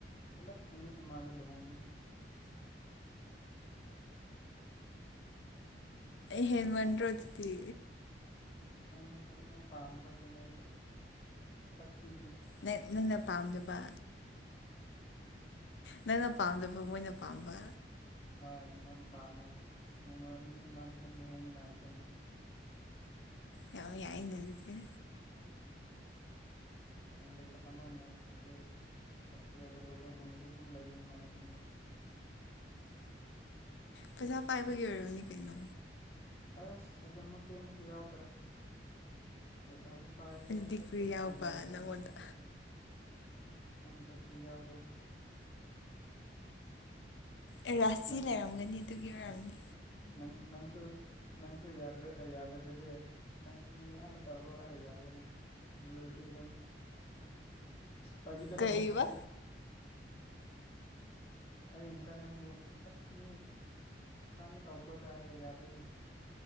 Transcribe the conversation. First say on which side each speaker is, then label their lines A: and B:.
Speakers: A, on the left; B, on the left.
A: ꯄꯨꯂꯞ ꯅꯨꯃꯤꯠ ꯑꯃꯗ ꯂꯨꯍꯣꯡꯒꯅꯤ
B: ꯍꯦꯟꯃꯟꯗ꯭ꯔꯣ ꯑꯗꯨꯗꯤ
A: ꯈꯪꯗꯦ ꯌꯥꯝ ꯄꯥꯝꯈ꯭ꯔꯖꯥꯠꯅꯦ ꯑꯩꯕꯨ ꯁꯛ ꯊꯤꯒꯅꯤ
B: ꯅꯦ ꯅꯪꯅ ꯄꯥꯝꯗꯕ ꯅꯪꯅ ꯄꯥꯝꯗꯕ ꯃꯣꯏꯅ ꯄꯥꯝꯕ
A: ꯍꯣꯏ ꯃꯣꯏꯅ ꯄꯥꯝꯃꯒ ꯅꯣꯡꯃ ꯅꯨꯃꯤꯠ ꯑꯃꯗ ꯑꯗꯨꯝ ꯂꯨꯍꯣꯡꯃꯤꯟꯅꯔꯁꯦꯅ
B: ꯌꯥꯝ ꯌꯥꯏꯅꯦ ꯑꯗꯨꯗꯤ
A: ꯎꯝ ꯈꯪꯗꯦ ꯀꯔꯝ ꯍꯥꯏꯅ ꯑꯩꯈꯣꯏ ꯁꯛ ꯐꯖꯗꯕ ꯑꯩꯈꯣꯏ ꯑꯩꯉꯣꯟꯗꯁꯨ ꯑꯗꯨꯝ ꯂꯩꯅꯤꯡ ꯃꯥꯜꯂꯦꯅꯦ ꯃꯣꯏ
B: ꯄꯩꯁꯥ ꯄꯥꯏꯕꯒꯤ ꯑꯣꯏꯔꯝꯅꯤ ꯀꯩꯅꯣ
A: ꯑꯁ ꯑꯗꯨꯃꯛꯇꯤ ꯑꯃꯨꯛꯀ ꯌꯥꯎꯗ꯭ꯔꯦ ꯄꯩꯁꯥꯁꯨ ꯄꯥꯏꯗ꯭ꯔꯦ
B: ꯑꯗꯨꯗꯤ
A: ꯁꯛꯁꯨ
B: ꯀ꯭ꯔꯤ ꯌꯥꯎꯕ
A: ꯐꯖꯗ꯭ꯔꯦ
B: ꯅꯪꯉꯣꯟꯗ
A: ꯈꯪꯗ꯭ꯔꯦ ꯀ꯭ꯔꯤ ꯌꯥꯎ ꯕꯩꯔꯣ
B: ꯑꯦ ꯔꯥꯁꯤ
A: ꯅꯪ
B: ꯂꯩꯔꯝꯒꯅꯤ ꯑꯗꯨꯒꯤ ꯑꯣꯏꯔꯝꯅꯤ
A: ꯅꯪ ꯅꯪꯁꯨ ꯅꯪꯁꯨ ꯌꯥꯗ꯭ꯔꯦ ꯑꯩ ꯌꯥꯗꯗꯨꯗꯤ ꯅꯪ ꯃꯤ ꯍꯥꯟꯅ ꯇꯧꯔꯣ ꯍꯥꯏꯔ ꯌꯥꯗꯦ ꯅꯪ ꯑꯗꯨ ꯑꯣꯏꯔꯗꯤ ꯅꯪ ꯐꯥꯒꯤ ꯇꯧꯕꯅꯦ
B: ꯀꯩꯕ
A: ꯐꯥꯒꯤ ꯇꯧꯕꯅꯦ ꯑꯩ ꯉꯁꯥꯏ ꯅꯪꯕꯨ ꯑꯁ ꯃꯤ ꯍꯥꯟꯅ ꯇꯧꯈ꯭ꯔꯣꯗ ꯍꯥꯏꯔ ꯌꯥꯗꯦꯅ